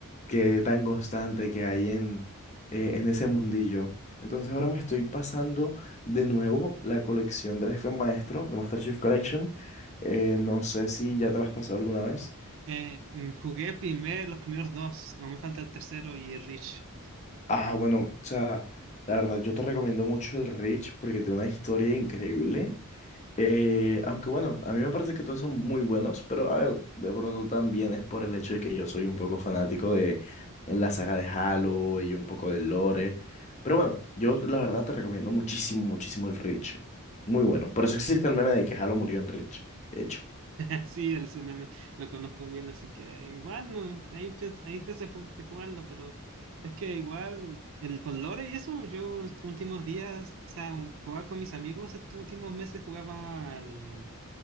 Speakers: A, on the left; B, on the right.
A: que tan constante que hay en, eh, en ese mundillo. Entonces, ahora me estoy pasando de nuevo la colección del jefe maestro, de MasterChef Collection. Eh, no sé si ya te la has pasado alguna vez.
B: Eh, mm, jugué primer, los primeros dos, aún me falta el tercero y Reach.
A: Ah, bueno, o sea, la verdad, yo te recomiendo mucho el Rich porque tiene una historia increíble. Eh, aunque bueno, a mí me parece que todos son muy buenos, pero a ver, de pronto también es por el hecho de que yo soy un poco fanático de en la saga de Halo y un poco del lore. Pero bueno, yo la verdad te recomiendo muchísimo, muchísimo el Rich. Muy bueno. Por eso existe el meme de que Halo murió en Rich, de hecho.
B: <laughs> Sí, el ese meme lo conozco bien, así que igual no, ahí empie- ahí empecé a ju- a jugarlo, pero es que igual el con lore y eso, yo los últimos días, o sea, un- jugaba con mis amigos, estos últimos meses jugaba al, em,